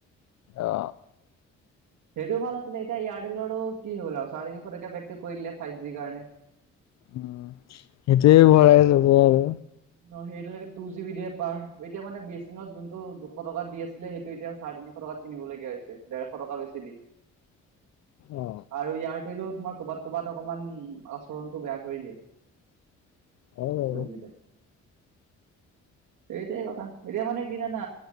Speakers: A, on the left; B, on the right.
A: অ।
B: সেইটোও ভাল আছিলে। এতিয়া এয়াৰটেলৰো কি হ'ল আৰু চাৰে তিনিশ টকীয়া পেকটো কৰি দলেে ফাইভ জি কাৰণে।
A: উ, সেইটোয়ে ভৰাই চব আৰু
B: ন সেইটোেটু জি বি দিয়ে পাৰ এতিয়া মানে বি এছ এনত যোনটো দুশ টকা দি আছিলে, সেইটো এতিয়া চাৰে তিনিশ টকাত। কিনিবলগীয়া হৈছে, ডেৰশ টকা বেছি দি।
A: অ।
B: আৰু এয়াৰটেলো তোমাৰ অকমান আচৰণতটো বেয়া কৰি দিয়ে।
A: অ।
B: গৈ বি দোয় এইেইটাই কথা। এতিয়া মানে কি জানা